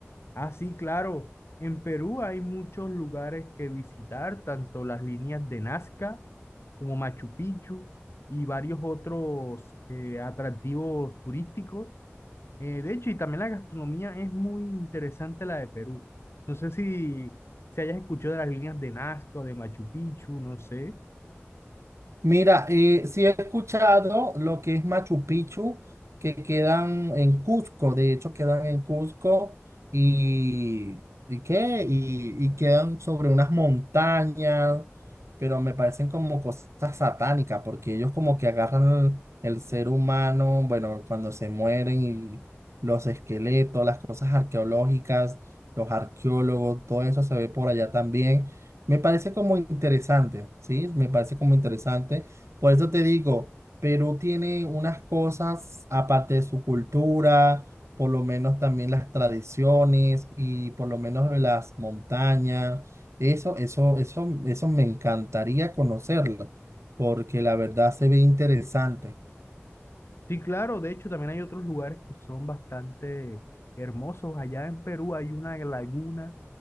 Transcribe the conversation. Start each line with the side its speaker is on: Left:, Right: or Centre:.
Left: Ah, sí, claro, en Perú hay muchos lugares que visitar, tanto las líneas de Nazca como Machu Picchu y varios otros eh, atractivos turísticos. Eh, de hecho, y también la gastronomía es muy interesante la de Perú. No sé si, si hayas escuchado de las líneas de Nazca o de Machu Picchu, no sé.
Right: Mira, eh, sí he escuchado lo que es Machu Picchu, que quedan en Cusco, de hecho quedan en Cusco y, ¿y qué? Y, y quedan sobre unas montañas, pero me parecen como cosas satánicas, porque ellos como que agarran el, el ser humano, bueno, cuando se mueren y los esqueletos, las cosas arqueológicas, los arqueólogos, todo eso se ve por allá también. Me parece como interesante, ¿sí? Me parece como interesante. Por eso te digo, Perú tiene unas cosas, aparte de su cultura, por lo menos también las tradiciones y por lo menos las montañas. Eso, eso, eso, eso me encantaría conocerlo, porque la verdad se ve interesante.
Left: Sí, claro, de hecho también hay otros lugares que son bastante hermosos. Allá en Perú hay una laguna